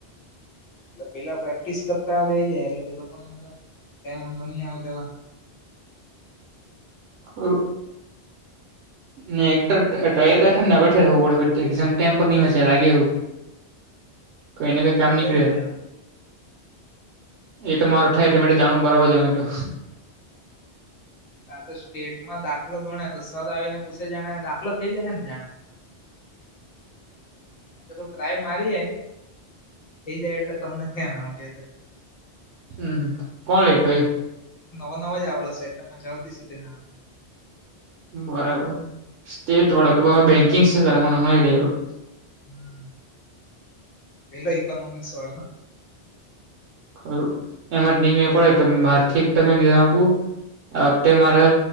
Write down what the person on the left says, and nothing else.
એટલે પેલા પ્રેક્ટિસ કરતા જાય એટલે તે લોકો ને તો ક વાંધો નહી આવે તોવા.
એ
તેવું જ જાણે
હા તો સ્ટેટમાં દાખલો ગણ તો સત આવીને પૂછે જાણે દાખલો થઈ જાય ને જાણે. મેં ટ્રાય મારીએ થઈ જાય એટલે તમને કેમ હું કે.
નવા નવા જ આવેલો છે એટલે મજા આવતી છે તેના હથે.
હમ પેલો ઇકોનોમિક્સ વાળા.